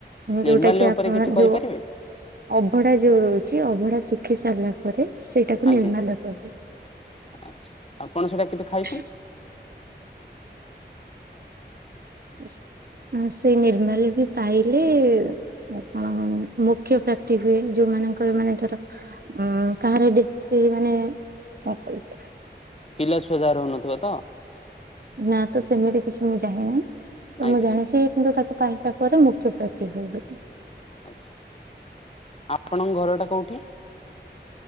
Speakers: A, on the left; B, on the right.
A: ନିର୍ମାଲ୍ୟ
B: ଯେଉ ଟା କିି ଆପଣ
A: ଉପରେ କିଛି କହିପାରିବେ
B: ଯ ଅଭଡା ଯୋଉ ରହୁଛି ଅଭଡା ଶୁଖି ସାରିଲା ପରେ ସେଇଟାକୁ
A: ଆଜ୍ଞା
B: ନିର୍ମାଲ୍ୟ କୁହାଯାଏ।
A: ଆଚ୍ଛା ଆପଣ ସେଟା କେବେ ଖାଇଛନ୍ତି
B: <unintelligible> ନିର୍ମାଲ୍ୟ ବି ପାଇଲେ। ଆଉ କଣ ମୁଖ୍ୟ ପ୍ରାପ୍ତି ହୁଏ ଯୋଉମାନଙ୍କର ମାନେ ଧର ହଁ କାହାର ଡେଥ ପେ ମାନେ <unintelligible>
A: ପିଲା ଛୁଆ ଜାହାର ହଉନଥିବେ ତ?
B: ନାଁ ତ ସେମିତି କିଛି ମୁଁ ଜାଣିନି ତ
A: ଆଚ୍ଛା
B: ମୁଁ ଜାଣିଛି କିନ୍ତୁ ତାଙ୍କୁ ପାଇ ତା ପରେ ମୁଖ୍ୟ ପ୍ରାପ୍ତି ହୁଏ ବୋଲି।
A: ଆଛା ଆପଣଙ୍କ ଘରଟା କୋଉଠି?